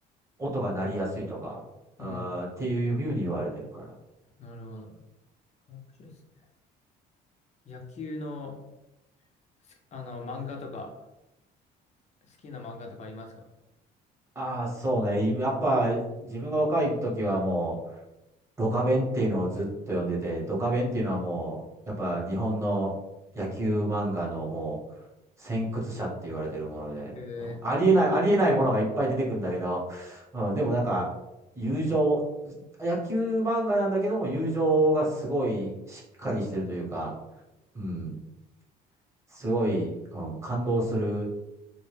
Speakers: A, on the right; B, on the left.
A: 音が鳴りやすいとか、
B: うん、
A: あーっていうふうに言われてるから。
B: なるほど。面白いですね。野球の、すあの、漫画とか、好きな漫画とかありますか
A: ああ、そうね。やっぱ、自分が若い時はもう、ドカベンっていうのをずっと読んでて、ドカベンっていうのはもう、やっぱ日本の野球漫画のもう、先駆者って言われてるもので、
B: ええ
A: うんありえない、ありえないものがいっぱい出てくるんだけど、うん、でもなんか、友情、野球漫画なんだけども、友情がすごいしっかりしてるというか、うん、すごい、うん、感動する